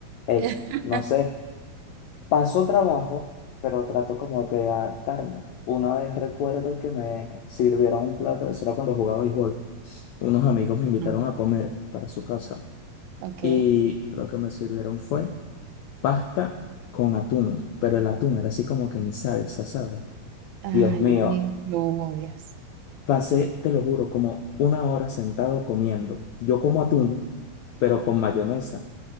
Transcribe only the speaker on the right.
<laughs>
Ujú.
Ok.
Ay,
no me digas, lo odias.